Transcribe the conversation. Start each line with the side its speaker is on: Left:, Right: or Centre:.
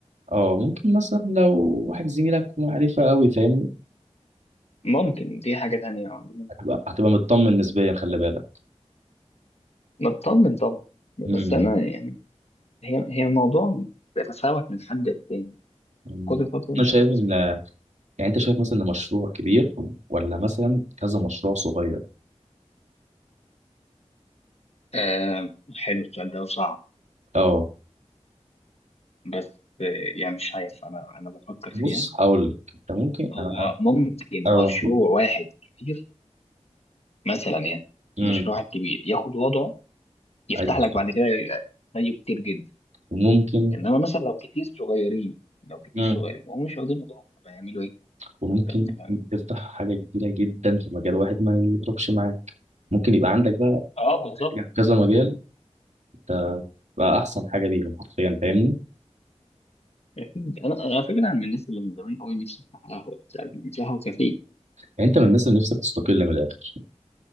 Right: اه ممكن مثلا لو واحد زميلك معرفة قوي فاهمني
Left: ممكن دي حاجة تانية عندنا.
Right: هتبقى هتبقى مطمن نسبيا خلي بالك
Left: نطمن طبعا بس
Right: امم
Left: أنا يعني هي هي موضوع بيتفاوت من حد للتاني
Right: أمم.
Left: كل خطوة أنت
Right: انا شايف
Left: بتصير
Right: ان يعني انت شايف مثلا إن مشروع كبير ولا مثلا كذا مشروع صغير
Left: آه حلو السؤال ده وصعب
Right: اه
Left: بس آه، يعني مش عارف انا انا بفكر فيها
Right: بص هقول لك انت ممكن
Left: هو
Right: انا أنا-
Left: ممكن
Right: اه
Left: مشروع واحد كبير مثلا يعني
Right: امم
Left: مشروع واحد كبير ياخد وضعه يفتح
Right: ايوه
Left: لك
Right: صح
Left: بعد كده زيه كتير جدا
Right: وممكن
Left: انما مثلا لو كتير صغيرين لو كتير
Right: امم
Left: صغيرين وهم مش واخدين وضعهم طب هيعملوا ايه؟
Right: وممكن
Left: طب انت فاهم؟
Right: تفتح حاجة كبيرة جدا في مجال واحد ما يضربش معاك ممكن يبقى عندك بقى
Left: اه بالظبط
Right: حاجة في كذا مجال انت بقى احسن حاجة بيهم حرفيا فاهمني
Left: أكيد. انا أنا على فكره انا من الناس اللي من زمان قوي نفسي افتح قهوه مش عارف، مش قهوه كافيه
Right: يعني انت من الناس اللي نفسك تستقل من الاخر